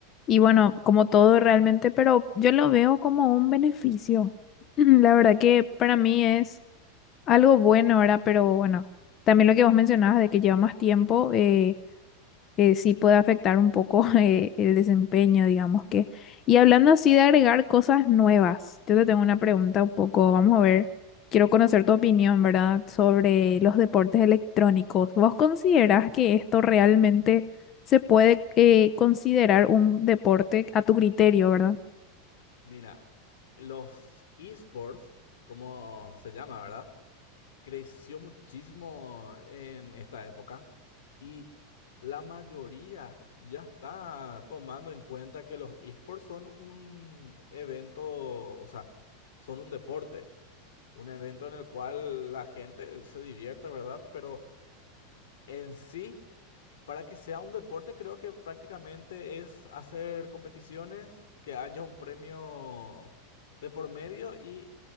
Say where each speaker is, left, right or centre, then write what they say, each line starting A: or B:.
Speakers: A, on the left; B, on the left.
A: y bueno, como todo realmente, pero yo lo veo como un beneficio. <clears throat> Mm, La verdad que para mí es algo bueno, ¿verdad? Pero bueno, también lo que vos mencionabas de que lleva más tiempo. eh eh, sí puede afectar un poco <laughs> eh, el desempeño, digamos que. Y hablando así de agregar cosas nuevas, yo te tengo una pregunta un poco, vamos a ver, quiero conocer tu opinión, ¿verdad? Sobre los deportes electrónicos. ¿Vos considerás que esto realmente se puede eh, considerar un deporte a tu criterio, ¿verdad?
B: Mira, los esports, como se llama, ¿verdad? creció muchísimo en esta época y la mayoría ya está tomando en cuenta que los esports son un evento, o sea, son un deporte, un evento en el cual la gente se divierte, ¿verdad? Pero en sí para que sea un deporte, creo que prácticamente es hacer competiciones, que haya un premio de por medio y